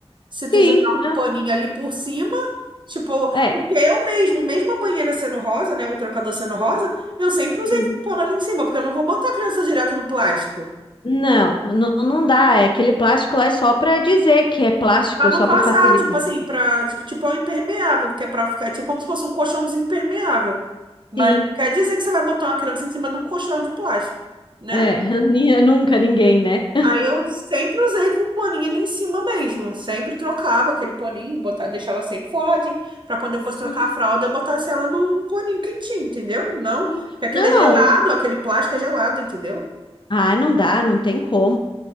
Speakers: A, on the right; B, on the left.
A: Se tu
B: Sim,
A: jogar
B: mas-
A: um paninho ali por cima, tipo,
B: é.
A: porque eu mesmo, mesmo a banheira sendo rosa, né, o trocador sendo rosa, eu sempre usei
B: Uhum.
A: pano ali em cima, porque eu não vou botar a criança direto no plástico.
B: Não, não, não dá. É, aquele plástico lá é só para dizer que é plástico,
A: Pra não
B: só
A: vazar,
B: para facilitar.
A: tipo assim, pra, tipo, é um impermeável, que é pra ficar, é tipo como se fosse um colchãozinho impermeável. Mas
B: Sim.
A: não quer dizer que você vai botar uma criança em cima de um colchão de plástico, né?
B: É, <laughs> nunca ninguém, né?
A: Aí eu sempre usei com paninho ali em cima mesmo. Sempre trocava aquele paninho, botava, deixava sempre forradinho, pra quando eu fosse trocar
B: Sim,
A: a fralda, eu botasse ela num paninho quentinho, entendeu? Não,
B: sim.
A: que aquilo
B: Não.
A: é gelado, aquele plástico é gelado, entendeu?
B: Ah, não dá, não tem como.